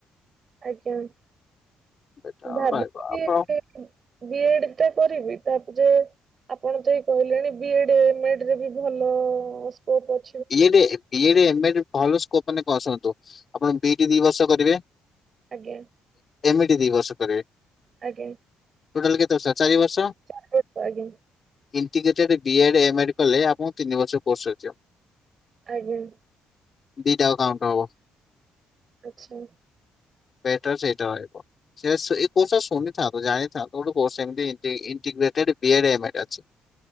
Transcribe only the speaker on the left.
ବେଟର
ଆଉ ରହିବ ଆପଣ
ବି ଏ ଡ, ଏ ମ ଡ ରେ ଭଲ ସ୍କୋପ୍ ମାନେ କଣ ଶୁଣନ୍ତୁ, ଆପଣ ବି ଇ ଡି ଦି ବର୍ଷ କରିବେ
ଏ ମି ଡି ଦି ବର୍ଷ କରିବେ।
ଟୋଟାଲ କେତେ ବର୍ଷ ହେଲା, ଚାର ବର୍ଷ।
ଇଣ୍ଟିଗ୍ରେଟେଡ ବି ଏ ଡ, ଏ ମ ଡ କଲେ ଆପଣ ତିନି ବର୍ଷ କୋର୍ସ ସରିଯିବ।
ଦିଟାଙ୍କ କାଉଣ୍ଟର ହବ।
ବେଟର ସେଇଟା ରହିବ। ସେ ଏଇ କୋର୍ସଟା ଶୁଣିଥାନ୍ତି, ଜାଣିଥାନ୍ତୁ ଗୋଟେ କୋଷ ଏମତି ଇଣ୍ଟିଗ୍ରେଟେଡ ବି ଏ ଡ, ଏ ମ ଡ ଅଛି।